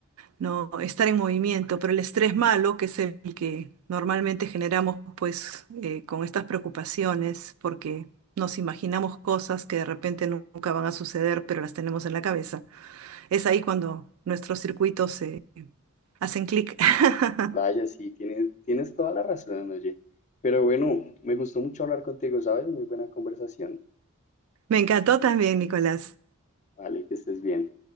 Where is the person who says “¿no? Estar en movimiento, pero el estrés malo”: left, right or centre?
Right